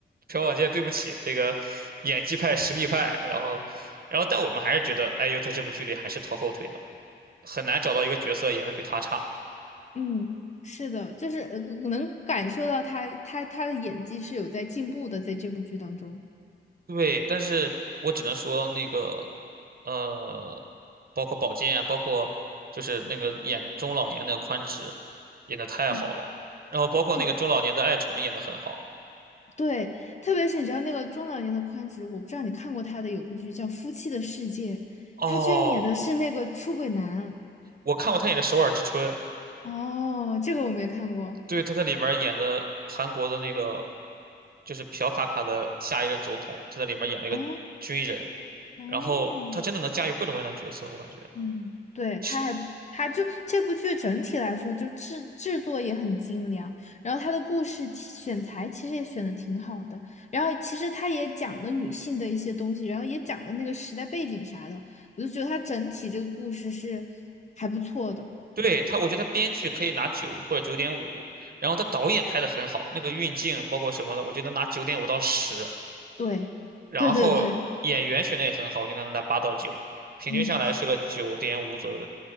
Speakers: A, on the right (about 50°); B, on the left (about 35°).
A: 朴宝剑对不起，这个演技派、实力派，然后然后但我们还是觉得 IU 在这部剧里还是拖后腿的，很难找到一个角色演的比他差。
B: 嗯，是的，就是呃能感受到他他他的演技是有在进步的，在这部剧当中。
A: 对，但是我只能说那个呃，包括宝剑啊，包括就是那个演中老年那个宽直，演的太好了，
B: 嗯，
A: 然后包括那个中老年的爱纯演的很好
B: 对，对，特别是你知道那个中老年的宽直，我不知道你看过他的有部剧叫《夫妻的世界》，
A: 哦。
B: 他居然演的是那个出轨男。
A: 我看过他演的《首尔之春》，
B: 哦，这个我没看过。
A: 对，他在里面演的韩国的那个就是朴卡卡的下一任总统，他在里面演了一个军人，
B: 哦，哦，
A: 然后他真的能驾驭各种各样的角色，我感觉
B: 嗯，对，
A: 是
B: 他还他就这部剧整体来说就制制作也很精良，然后他的故事题选材其实也选的挺好的，然后其实他也讲了女性的一些东西，然后也讲了那个时代背景啥的，我就觉得他整体这个故事是还不错的。
A: 对他，我觉得他编剧可以拿九或者九点五，然后他导演拍的很好，那个运镜包括什么的，我觉得拿九点五到十，
B: 对，
A: 然后演员选的也很好，
B: 对对对，
A: 我就能拿八到九，平均下来是个九点五左右的，
B: 嗯，